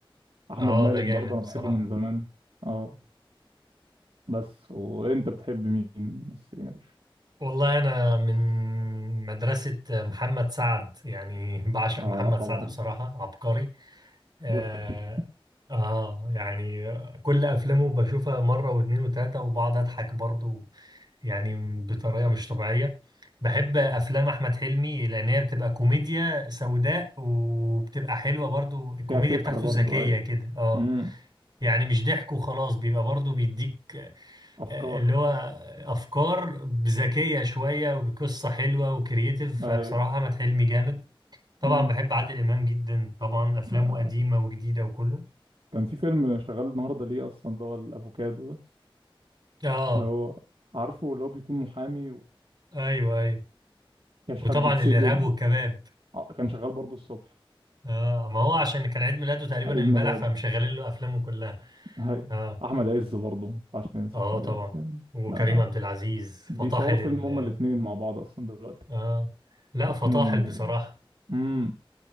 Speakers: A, on the right; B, on the right.
A: احمد
B: اه
A: مالك
B: ده جامد
A: برضه انا
B: بصراحة
A: بحبه من زمان اه بس وانت بتحب مين ممثلين يا باشا
B: والله أنا من مدرسة محمد سعد يعني بعشق
A: اه
B: محمد
A: طبعا
B: سعد بصراحة عبقري آه,
A: بوشكاش
B: آه يعني كل أفلامه بشوفها مرة واتنين وتلاتة وبقعد أضحك برضو يعني بطريقة مش طبيعية بحب أفلام أحمد حلمي لأن هي بتبقى كوميديا سوداء وبتبقى حلوة برضو الكوميديا
A: فيها فكره
B: بتاعته
A: برضه
B: ذكية
A: ايوه
B: كده اه
A: امم
B: يعني مش ضحك وخلاص بيبقى برضو بيديك
A: افكار
B: اللي هو افكار ذكيه شويه وقصه حلوه وكرييتيف
A: ايوه
B: فبصراحه احمد حلمي جامد طبعا
A: امم
B: بحب عادل امام جدا طبعا افلامه
A: آه.
B: قديمه وجديده وكله
A: كان في فيلم شغال النهارده ليه اصلا اللي هو الافوكادو ده
B: اه
A: اللي هو عارفه اللي هو بيكون محامي
B: ايوه ايوه
A: ويشحب
B: وطبعا
A: بيتسجن
B: الارهاب والكباب
A: ده آه، كان شغال برضه الصبح
B: اه ما هو عشان كان عيد ميلاده تقريبا
A: عيد
B: امبارح
A: ميلاده
B: فمشغلين له افلامه كلها
A: ايوه
B: اه
A: احمد عز برضه ما ينفعش ننسى
B: اه
A: احمد
B: طبعا
A: عز يعني.
B: وكريم
A: آه.
B: عبد العزيز
A: بيصوروا
B: فطاحل
A: فيلم
B: ال
A: هما الاتنين مع بعض اصلا دلوقتي
B: اه لا
A: اسمه
B: فطاحل بصراحه
A: امم